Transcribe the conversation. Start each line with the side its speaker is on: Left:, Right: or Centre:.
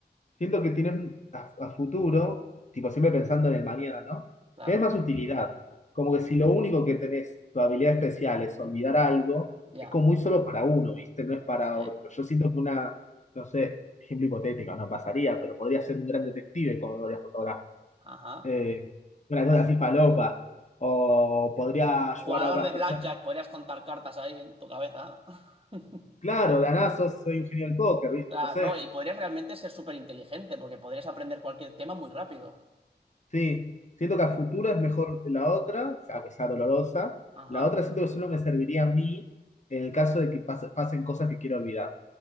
Left: siento que tienes a, a futuro, tipo siempre pensando en el mañana, ¿no?
Right: claro,
Left: Tenés más utilidad. Como que si lo único que tenés, tu habilidad especial, es olvidar algo,
Right: ya,
Left: es como muy solo para uno, ¿viste? No es para
Right: sí,
Left: otro. Yo siento que una, no sé, ejemplo hipotético, no pasaría, pero podría ser un gran detective con memoria fotográfica
Right: ajá.
Left: eh, una cosa así falopa, o podría
Right: Ju-
Left: ayudar
Right: Jugador
Left: a otras
Right: de
Left: personas.
Right: blackjack, podrías contar cartas ahí en tu cabeza. <laughs>
Left: Claro, de la nada sos- soy un genio del póker, ¿viste?
Right: Claro,
Left: No sé.
Right: no, y podrías realmente ser súper inteligente, porque podrías aprender cualquier tema muy rápido.
Left: Sí, siento que a futuro es mejor que la otra, o sea, que sea dolorosa.
Right: Ajá,
Left: La otra siento que solo me serviría a mí en el caso de que pas- pasen cosas que quiero olvidar,